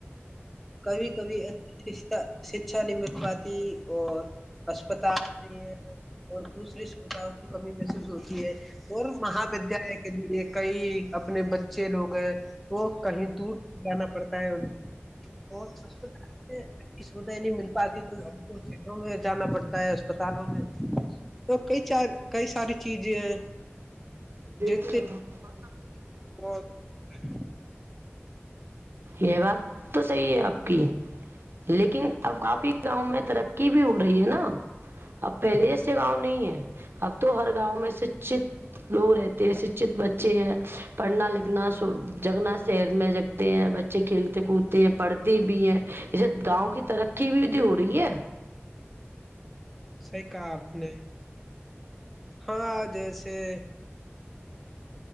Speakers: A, in the centre; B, on the right.
A: کبھی کبھی شکچھا نہیں مت پاتی اور اسسپتال نہیں ہے اور دوسرے شروتاؤں کی کمی محسوس ہوتی ہے اور مہا ودیالیہ کے بھی ایک کئی اپنے بچے لوگ ہیں تو کہیں دور جانا پڑتا ہے ان اور چ سے کسیمت ہی نہیں ملتا ادی تو جانا پڑتا ہے اسپتالوں میں تو کئی چار کئی ساری چیزیں ہیں
B: ج
A: جنتے <inaudible>
B: یہ بات تو صحیح ہے اب۔۔۔ لیکن اب کافی گاؤں میں ترقی بھی ہو رہی ہے نا۔ اب پہلے جیسے گاؤں نہیں ہے۔ اب تو ہر گاؤں میں سچت لوگ رہتے ہیں۔ سچت بچے ہیں۔ پڑھنا لکھنا، جگنا سحر میں جگتے ہیں۔ بچے کھیلتے کودتے ہیں۔ پڑھتے بھی ہیں جسے گاؤں کی ترقی۔۔۔۔۔۔ بھی تو ہو رہی ہے۔
A: صحیح کہا اپ نے۔ ہاں جیسے۔۔۔